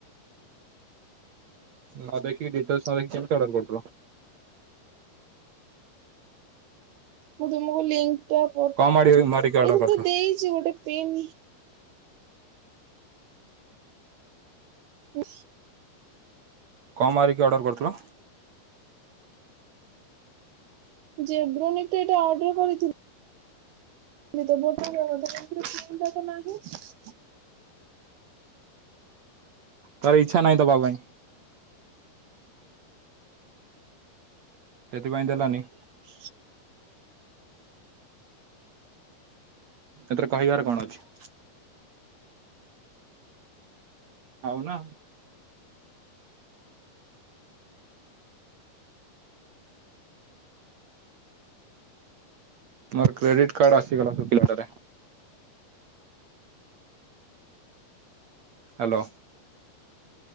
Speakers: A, on the right; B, on the right.
A: ନ ଦେଖକି ଡିଟେଲସ <unintelligible> କେମିତି ଅର୍ଡର କରୁଥିଲ।
B: ମୁଁ ତୁମକୁ ଲିଙ୍କ ଟା ପ ଏଇ
A: କଣ ମାରି ମାରିକି ଅର୍ଡର
B: ଥରେ
A: କରିଥିଲ
B: ତ ଦେଇଛି ଗୋଟେ ପିନ୍ ହୁଁ।
A: କ ମାରିକି ଅର୍ଡ଼ର କରୁଥିଲ?
B: ଜେବ୍ରନିକି ତ ଏଇଟା ଅର୍ଡର କରିଥି ତ ବୋଟ କଙ୍କନ୍ଟାଟ ନାଁ <unintelligible>
A: ତାର ଇଚ୍ଛା ନାହିଁ ଦବା ପାଇଁ। ସେଥିପାଇଁ ଦେଲାନି।
B: ହ
A: ଏଥିରେ କହିବାର କଣ ଅଛି। ଆଉ ନା। ମୋର କ୍ରେଡିଟ କାର୍ଡ ଆସିଗଲା ଶୁଖିଲାଟା ରେ। ହ୍ୟାଲୋ।